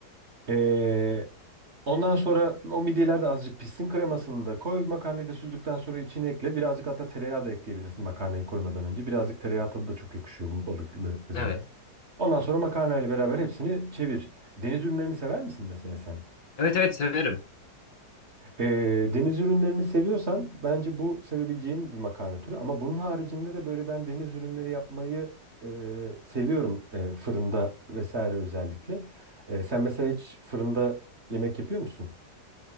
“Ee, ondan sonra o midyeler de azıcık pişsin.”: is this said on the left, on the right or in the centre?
Right